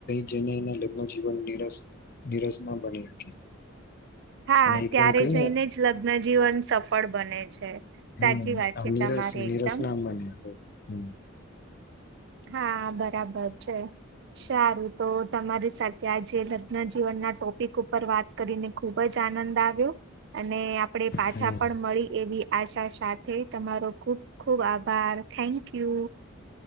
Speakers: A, on the left (about 45°); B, on the right (about 55°).
A: જઈને એ લગ્ન <unintelligible>
B: હા
A: અને એકદમ
B: ત્યારે
A: કઈને
B: જઈને જ લગ્નજીવન સફ પળ બને છે
A: હમ <unintelligible>
B: સાચી વાત છે તમારી એકદમ
A: ના બને હમ
B: હા બરાબર છે સારું તો તમારી સાથે આજે લગ્ન જીવન ના ટોપિક ઉપર વાત કરીને ખુબ જ આનંદ આવ્યો અને આપણેે પાછા
A: હમ
B: પણ મળી એવી આશા સાથે તમારો ખુબ ખુબ આભાર થેન્ક યુ